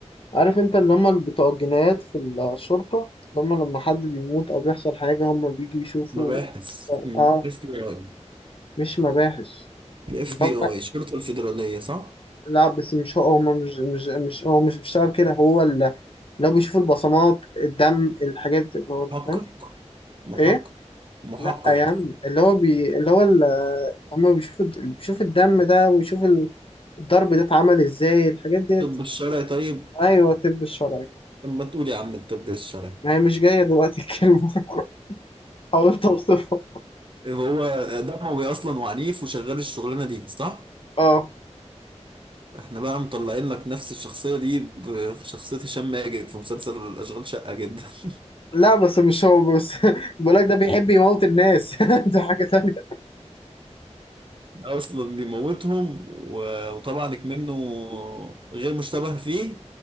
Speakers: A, on the left (about 50°); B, on the right (about 45°).
A: عارف انت اللي هم بتوع الجنايات في الشرطة اللي هم لما حد بيموت او بيحصل حاجة هم بيجي يشوفوا
B: مباحث
A: اه
B: اف بي اي
A: مش مباحث
B: الاف
A: اللي
B: بي
A: هم
B: اي الشرطة الفيدرالية صح
A: لا بس مش هو هم مش مش مش هو مش بيشتغل كده هو اللي لو بيشوف البصمات الدم الحاجات اللي هو
B: محقق
A: فاهم؟
B: محقق
A: ايه
B: محقق
A: لا يا عم اللي هو بي اللي هو اللي هم بيشوفوا اللي بيشوف الدم ده ويشوف ال- الضرب ده اتعمل ازاي الحاجات ديت
B: طب الشرعي طيب
A: ايوه الطب الشرعي
B: لما تقول يا عم الطب الشرعي
A: ما هي مش جايه دلوقتي الكلمه <laughs> حاولت اوصفها
B: هو دموي اصلا وعنيف وشغال الشغلانه دي صح
A: اه
B: احنا بقى مطلعين لك نفس الشخصيه دي بشخصيه هشام ماجد في مسلسل اشغال شقه جدا <laughs>
A: لا بس مش هو بس <laughs> بقولك ده بيحب يموت الناس <laughs> ده حاجه تانية
B: ده اصلا بيموتهم و- وطبعا منه غير مشتبه فيه